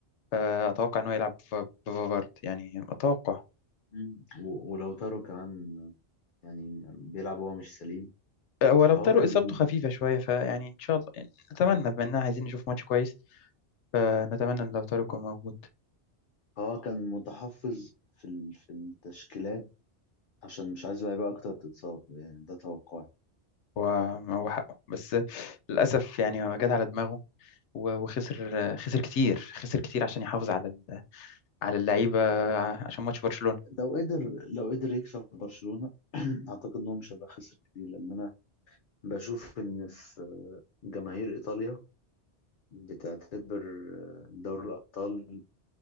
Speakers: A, on the left; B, on the left.
A: فاتوقع ان هو يلعب بف- بوفارد يعني اتوقع
B: مم. و... ولو تارو كمان يعني بيلعب وهو مش سليم
A: آه، هو
B: فهو
A: لو طاروا
B: كان
A: اصابته خفيفة شوية فيعني ان شاء الله نتمنى بما اننا عايزين نشوف ماتش كويس فنتمنى ان لو طاروا يكون موجود
B: اه كان متحفظ في ال- في التشكيلات عشان مش عايز لعيبه اكتر تتصاب يعني ده توقعي
A: هو هو حقه بس للأسف يعني هو جت على دماغه و- وخسر خسر كتير خسر كتير عشان يحافظ على ال- على اللعيبة عشان ماتش برشلونة
B: لو قدر لو قدر يكسب برشلونه <clears throat> اعتقد انهم مش هيبقى خسر كتير لان انا بشوف ان في جماهير ايطاليا بتعتبر آه، دوري الابطال